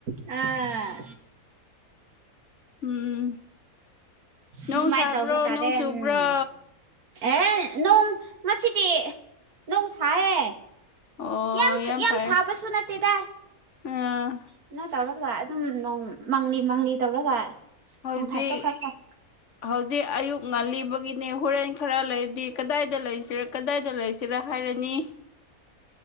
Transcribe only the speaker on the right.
ꯑ
ꯑꯗꯨꯃꯥꯏꯅ
ꯇꯧꯕ ꯇꯥꯔꯦ
ꯎꯝ ꯑꯦ ꯅꯣꯡ ꯃꯁꯤꯗꯤ ꯅꯣꯡ ꯁꯥꯌꯦ
ꯌꯥꯝ ꯁ ꯌꯥꯝ
ꯁꯥꯕꯁꯨ ꯅꯠꯇꯦꯗ
ꯀꯩꯅꯣ ꯇꯧꯔꯒ ꯑꯗꯨꯝ ꯅꯣꯡ ꯃꯡꯂꯤ ꯃꯡꯂꯤ ꯇꯧꯔꯒ
ꯅꯨꯡꯁꯥꯁꯨ ꯈꯔ ꯐꯥꯏ